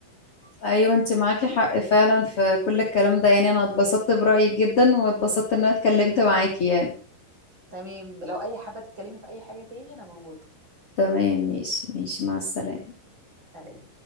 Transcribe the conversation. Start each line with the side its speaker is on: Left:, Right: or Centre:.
Left: ايوه انت معاكي حق فعلا في كل الكلام ده يعني انا اتبسطت برأيك جدا واتبسطت ان انا اتكلمت معاكي يعني
Right: تمام لو اي حابه تتكلمي في اي حاجه تاني انا موجوده
Left: تمام ماشي ماشي مع السلامة
Right: سلام